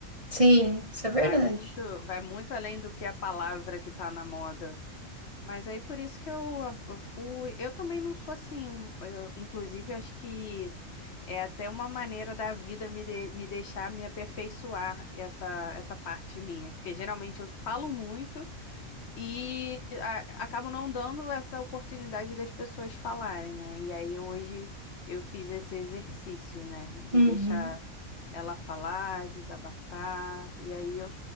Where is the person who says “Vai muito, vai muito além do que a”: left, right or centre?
Left